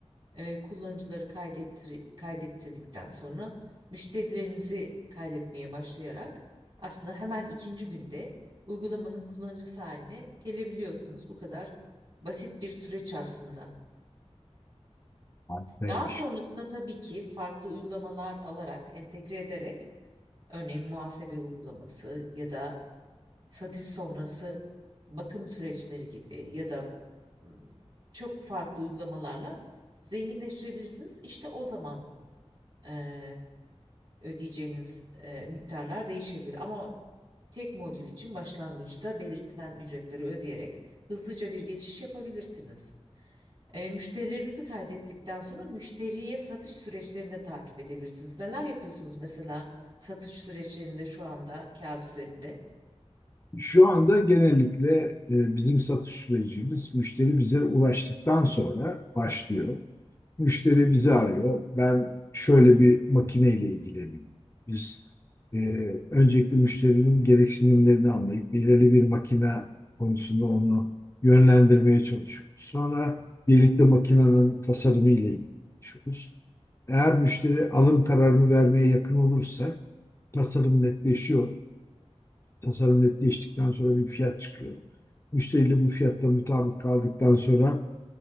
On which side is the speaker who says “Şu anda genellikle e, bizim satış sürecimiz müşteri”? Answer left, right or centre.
Left